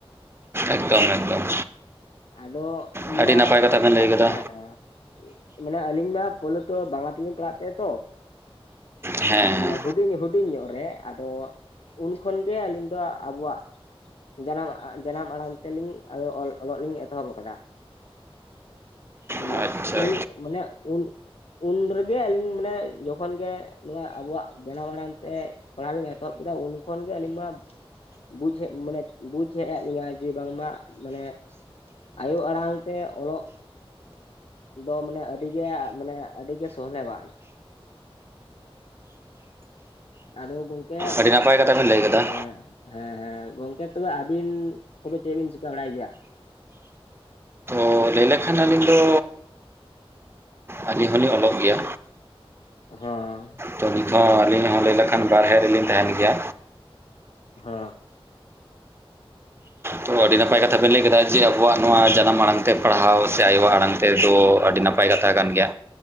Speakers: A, on the right; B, on the left.
A: ᱮᱠᱫᱚᱢ ᱮᱠᱫᱚᱢ
B: ᱟᱫᱚ ᱤᱧ
A: ᱟᱹᱰᱤ
B: ᱢᱟ
A: ᱱᱟᱯᱟᱭ ᱠᱟᱛᱷᱟ ᱵᱮᱱ ᱞᱟᱹᱭ ᱠᱟᱫᱟ
B: ᱦᱮᱸ ᱦᱮᱸ ᱢᱟᱱᱮ ᱟᱹᱞᱤᱧ ᱢᱟ ᱯᱳᱞᱳ ᱛᱚ ᱵᱟᱝᱞᱟ ᱛᱮᱞᱤᱧ ᱯᱟᱲᱦᱟᱜ ᱛᱟᱦᱮᱸ ᱛᱚ
A: ᱦᱮᱸ
B: ᱮ ᱢᱟᱱᱮ ᱦᱩᱰᱤᱧ ᱦᱩ <unintelligible> ᱧᱚᱜ ᱨᱮ ᱟᱫᱚ ᱩᱱ ᱠᱷᱚᱱ ᱜᱮ ᱟᱹᱞᱤᱧ ᱫᱚ ᱟᱵᱚᱣᱟᱜ ᱡᱟᱱᱟᱢ, ᱡᱟᱱᱟᱢ ᱟᱲᱟᱝ ᱛᱮᱞᱤᱧ ᱚᱞ ᱚᱞᱚᱜ ᱞᱤᱧ ᱮᱛᱚᱦᱚᱵ ᱠᱟᱫᱟ᱾ ᱢᱟᱱᱮ
A: ᱦᱮᱸ ᱟᱪᱪᱷᱟ
B: ᱩᱱ ᱢᱟᱱᱮ ᱩᱱ ᱩᱱ ᱨᱮᱜᱮ ᱟᱹᱞᱤᱧ ᱢᱟᱱᱮ ᱡᱚᱠᱷᱚᱱ ᱜᱮ ᱱᱚᱣᱟ ᱟᱵᱳᱣᱟᱜ ᱡᱟᱱᱟᱢ ᱟᱲᱟᱝ ᱛᱮ ᱯᱟᱲᱦᱟᱣ ᱞᱤᱧ ᱮᱛᱚᱦᱚᱵ ᱠᱮᱫᱟ ᱩᱱ ᱠᱷᱚᱱ ᱜᱮ ᱟᱹᱞᱤᱧ ᱢᱟ ᱵᱩᱡᱷ ᱦᱮᱜ ᱢᱟᱱᱮ ᱵᱩᱡᱷ ᱦᱮᱜ <unintelligible> ᱞᱤᱧᱟᱹ ᱡᱮ ᱵᱟᱝᱢᱟ ᱢᱟᱱᱮ ᱟᱭᱳ ᱟᱲᱟᱝ ᱛᱮ ᱚᱞᱚᱜ ᱫᱚ ᱢᱟᱱᱮ ᱟᱹᱰᱤ ᱜᱮ ᱢᱟᱱᱮ ᱟᱹᱰᱤ ᱜᱮ ᱥᱚᱦᱞᱮᱣᱟ ᱟᱫᱚ ᱜᱚᱝᱠᱮ
A: ᱟᱹᱰᱤ ᱱᱟᱯᱟᱭ ᱠᱟᱛᱷᱟ ᱵᱮᱱ ᱞᱟᱹᱭ ᱠᱟᱫᱟ
B: ᱦᱮᱸ ᱦᱮᱸ ᱦᱮᱸ ᱜᱚᱝᱠᱮ ᱛᱚᱵᱮ ᱟᱹᱵᱤᱱ ᱠᱚᱫᱚ ᱪᱮᱜ ᱵᱤᱱ ᱪᱤᱠᱟᱹ ᱵᱟᱲᱟᱭ ᱜᱮᱭᱟ?
A: ᱚ ᱞᱟᱹᱭ ᱞᱮᱠᱷᱟᱱ ᱟᱹᱞᱤᱧ ᱫᱚ ᱟᱹᱞᱤᱧ ᱦᱚᱞᱤᱧ ᱚᱞᱚᱜ ᱜᱮᱭᱟ᱾
B: <unintelligible>
A: ᱛᱚ ᱱᱤᱛ ᱦᱚᱸ ᱟᱹᱞᱤᱧ ᱦᱚᱸ ᱞᱟᱹᱭ ᱞᱮᱠᱷᱟᱱ ᱵᱟᱨᱦᱮ ᱨᱮᱞᱤᱧ ᱛᱟᱦᱮᱱ ᱜᱮᱭᱟ᱾
B: ᱦᱚᱸ
A: ᱛᱚ ᱟᱹᱰᱤ ᱱᱟᱯᱟᱭ ᱠᱟᱛᱷᱟ ᱵᱮᱱ ᱞᱟᱹᱭ ᱠᱮᱫᱟ ᱡᱮ ᱟᱵᱚᱣᱟᱜ ᱱᱚᱣᱟ ᱡᱟᱱᱟᱢ ᱟᱲᱟᱝ ᱛᱮ ᱯᱟᱲᱦᱟᱣ ᱥᱮ ᱟᱭᱳᱣᱟᱜ ᱟᱲᱟᱝ ᱛᱮᱫᱚ ᱟᱹᱰᱤ ᱱᱟᱯᱟᱭ ᱱᱟᱯᱟᱭ ᱠᱟᱛᱷᱟ ᱠᱟᱱ ᱜᱮᱭᱟ᱾